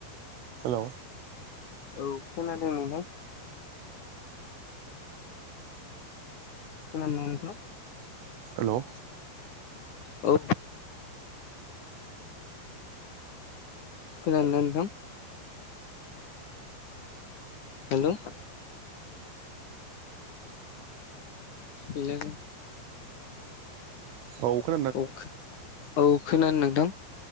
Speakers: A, on the right; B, on the left.
A: हेलौ
B: औ खोनादों नोंथां खोनादोना नोंथां
A: हेलौ
B: औ खोनादोना नोंथां हेलौ हेलौ
A: औ खो
B: औ खो औ खोनादो नोंथां